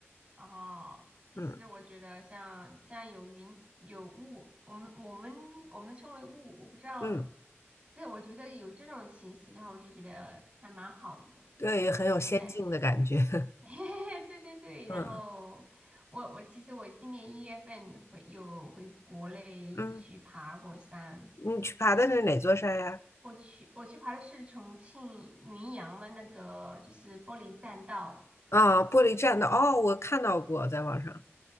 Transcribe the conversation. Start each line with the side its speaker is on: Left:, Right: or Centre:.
Right: 哦，其实我觉得像像有云有雾，
Left: 嗯
Right: 我们我们我们称为雾，我不知道，
Left: 嗯，
Right: 但我觉得有这种情形的话，我就觉得还蛮好的，
Left: 对，很有仙境的感觉。
Right: 就是感觉。
Left: <laughs>
Right: <laughs> 对对对，
Left: 嗯
Right: 然后我我其实我今年一月份回有回国内去爬过山。
Left: 嗯，你去爬的是哪座山呀？
Right: 我去，我去爬的是重庆云阳的那个，就是玻璃栈道。
Left: 啊，玻璃栈道。哦，我看到过，在网上。